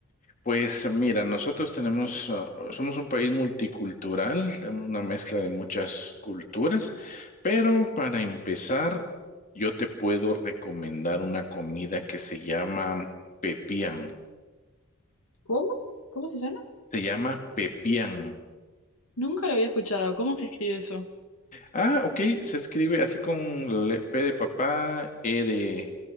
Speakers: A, on the left; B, on the left.
A: Pues mira, nosotros tenemos, ah, somos un país multicultural, una mezcla de muchas culturas, pero para empezar, yo te puedo recomendar una comida que se llama pepián.
B: ¿Cómo? ¿Cómo se llama?
A: Se llama pepián.
B: Nunca lo había escuchado. ¿Cómo se escribe eso?
A: Ah, ok, se escribe así con le- P de papá, E de